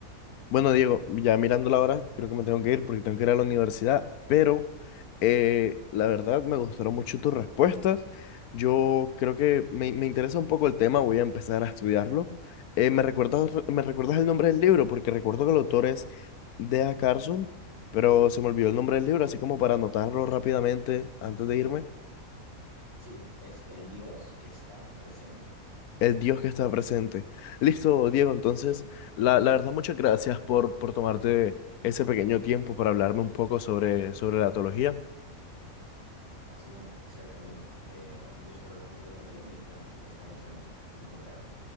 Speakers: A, on the left (about 85°); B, on the right (about 50°).
A: Bueno, Diego, ya mirando la hora, creo que me tengo que ir porque tengo que ir a la universidad, pero... Eh, la verdad, me gustaron mucho tus respuestas. Yo creo que me, me interesa un poco el tema, voy a empezar a estudiarlo. Eh, ¿me recuerdas, me recuerdas el nombre del libro? Porque recuerdo que el autor es Dea Carson, pero se me olvidó el nombre del libro, así como para anotarlo rápidamente antes de irme.
B: Sí, es el Dios que está presente.
A: El Dios que está presente. Listo, Diego, entonces, la, la verdad, muchas gracias por, por tomarte ese pequeño tiempo para hablarme un poco sobre, sobre la teología.
B: Ha sido un placer, Camilo. Eh, un gusto hablar contigo también y bueno, ya estamos en en contacto.